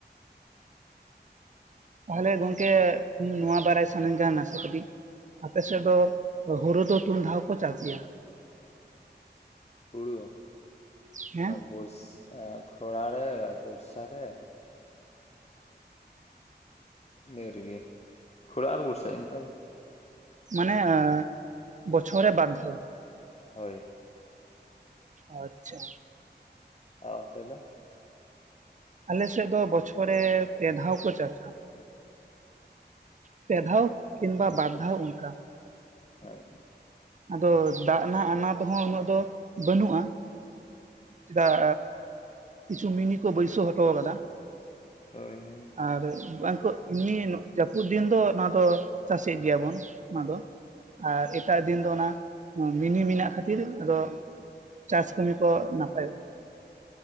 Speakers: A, on the right (about 45°); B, on the left (about 35°).
A: ᱛᱟᱦᱚᱞᱮ ᱜᱚᱝᱠᱮ ᱤᱧ ᱱᱚᱣᱟ ᱵᱟᱨᱟᱭ ᱥᱟᱱᱟᱧ ᱠᱟᱱᱟ ᱱᱟᱥᱮ ᱠᱟᱹᱴᱤᱡ᱾ ᱟᱯᱮᱥᱮᱫ ᱫᱚ ᱦᱳᱨᱳ ᱫᱚ ᱛᱩᱱᱫᱷᱟᱣ ᱠᱚ ᱪᱟᱥ ᱜᱮᱭᱟ?
B: ᱦᱩᱲᱩ,
A: ᱦᱮᱸ
B: ᱵᱚᱥ ᱮᱸ ᱠᱷᱚᱲᱟ ᱲᱮ ᱵᱚᱨᱥᱟ ᱨᱮ᱾ ᱤᱱᱟᱹ ᱨᱮᱜᱮ ᱠᱷᱚᱲᱟ ᱟᱨ ᱵᱚᱨᱥᱟ ᱤᱱᱠᱟ ᱜᱮ᱾
A: ᱢᱟᱱᱮ ᱟᱻ ᱵᱚᱪᱷᱚᱨ ᱨᱮ ᱵᱟᱨ ᱫᱷᱟᱣ᱾
B: ᱦᱳᱭ᱾
A: ᱟᱪᱪᱷᱟ᱾
B: ᱟᱻ ᱚᱱᱛᱮ ᱫᱚ?
A: ᱟᱞᱮ ᱥᱮᱫ ᱫᱚ ᱵᱚᱪᱷᱚᱨ ᱨᱮ ᱯᱮ ᱫᱷᱟᱣ ᱠᱚ ᱪᱟᱥᱟ᱾ ᱯᱮ ᱫᱷᱟᱣ ᱠᱤᱱᱵᱟ ᱵᱟᱨ ᱫᱷᱟᱣ ᱚᱱᱠᱟ᱾
B: ᱦᱳᱭ᱾
A: ᱟᱫᱚ ᱫᱟᱜ ᱱᱟᱜ ᱟᱱᱟᱛ ᱦᱚᱸ ᱩᱱᱟᱹᱜ ᱫᱚ ᱵᱟᱹᱱᱩᱜᱼᱟ᱾ ᱪᱮᱫᱟᱜ ᱠᱤᱪᱷᱩ ᱢᱤᱱᱤ ᱠᱚ ᱵᱟᱹᱭᱥᱟᱹᱣ ᱦᱚᱴᱚ ᱠᱟᱫᱟ᱾
B: ᱦᱳᱭ ᱦᱳᱭ
A: ᱟᱨ ᱩᱱᱠᱟᱱ ᱠᱩᱜᱼᱼ ᱤᱢᱱᱤ ᱡᱟᱹᱯᱩᱫ ᱫᱤᱱ ᱫᱚ ᱱᱚᱣᱟ ᱫᱚ ᱪᱟᱥᱮᱫ ᱜᱮᱭᱟᱵᱚᱱ ᱚᱱᱟ ᱫᱚ ᱟᱨ ᱮᱼᱼ ᱫᱤᱱ ᱫᱚ ᱱᱟᱜ ᱢᱤᱱᱤ ᱢᱮᱱᱟᱜ ᱠᱷᱟᱹᱛᱤᱨ ᱟᱫᱚ ᱪᱟᱥ ᱠᱟᱹᱢᱤ ᱠᱚ ᱱᱟᱯᱟᱭᱚᱜ ᱜᱮ᱾